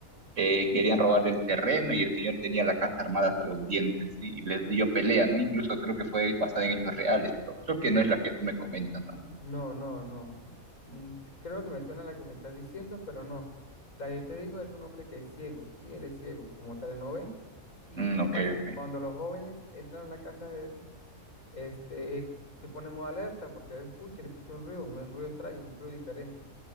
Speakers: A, on the right (about 60°); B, on the left (about 80°).
A: Eh,
B: Ujú.
A: querían robar el terreno y el señor tenía la casa armada hasta los dientes y les dio pelea, ¿no? Incluso creo que fue basada en hechos reales, pero creo que no es la que tú me comentas, ¿no?
B: No, no, no. mm, Creo que me suena la que me estás diciendo, pero no. La que yo te digo es un hombre que es ciego, sí, él es ciego, como tal él no ve. ¿Y
A: Mm,
B: qué
A: ok,
B: pasa?
A: ok.
B: Cuando los jóvenes entran a la casa de él, Este, él se pone en modo alerta porque él escucha, él escucha un ruido, un ruido extraño, un ruido diferente.